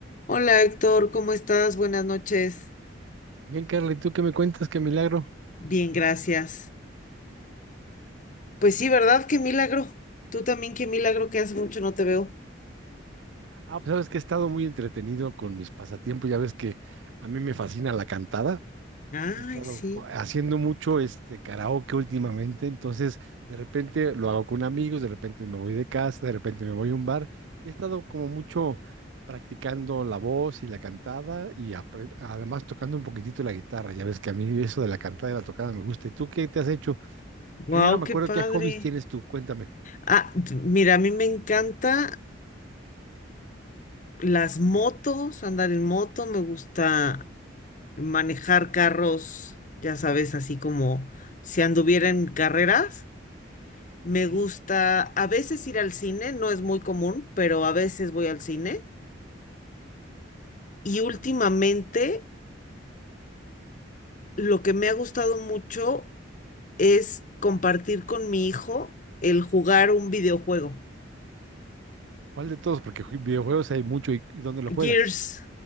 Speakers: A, on the left; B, on the right.
A: Hola Héctor, ¿cómo estás? Buenas noches.
B: Bien, Carly, ¿tú qué me cuentas? ¿Qué milagro?
A: Bien, gracias. Pues sí, ¿verdad? Qué milagro. Tú también, qué milagro que hace mucho no te veo.
B: Ah, pues sabes que he estado muy entretenido con mis pasatiempos. Ya ves que a mí me fascina la cantada.
A: Ay,
B: He estado
A: sí.
B: co- haciendo mucho este karaoke últimamente, entonces de repente lo hago con amigos, de repente me voy de casa, de repente me voy a un bar y he estado como mucho practicando la voz y la cantada y apre- además tocando un poquitito la guitarra. Ya ves que a mí eso de la cantada y la tocada me gusta. ¿Y tú qué te has hecho?
A: Wow,
B: Yo ya no me
A: qué
B: acuerdo
A: padre.
B: qué hobbies tienes tú, cuéntame.
A: Ah, t- mira, a mí me encanta las motos, andar en moto, me gusta manejar carros, ya sabes, así como si anduviera en carreras. Me
B: Ujú.
A: gusta a veces ir al cine, no es muy común, pero a veces voy al cine. Y últimamente lo que me ha gustado mucho es compartir con mi hijo el jugar un videojuego.
B: ¿Cuál de todos? Porque ju- videojuegos hay mucho. ¿Y, y dónde lo juegas?
A: Gears